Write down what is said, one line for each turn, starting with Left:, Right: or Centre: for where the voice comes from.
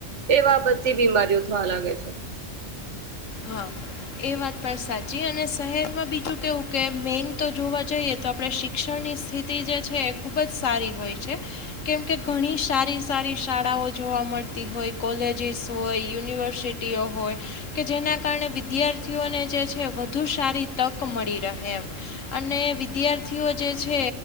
Right: એવા બધી બીમારીઓ થવા લાગે છે
Left: હા એ વાત પણ સાચી અને શહેરમાં બીજું કેવું કે મેઈન તો જોવા જઈએ તો આપડે શિ ક્ષણની સ્થિતિ જે છે એ ખૂબ જ સારી હોય છે કેમકે ઘણી સારી સારી શાળાઓ જોવા મળતી હોય કોલેજીસ હોય યુનિવર્સિ ટીઓ હોય કે જેના કારણે વિદ્યાર્થીઓને જે છે વધુ સારી તક મળી રહે એમ અને વિદ્યાર્થીઓ જે છે